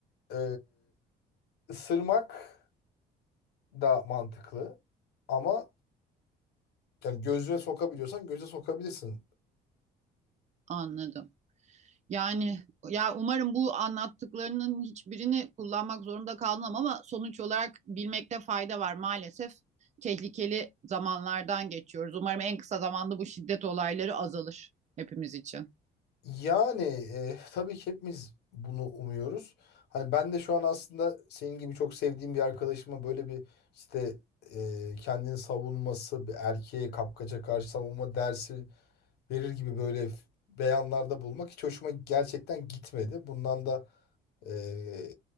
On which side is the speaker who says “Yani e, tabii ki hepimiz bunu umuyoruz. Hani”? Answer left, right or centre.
Left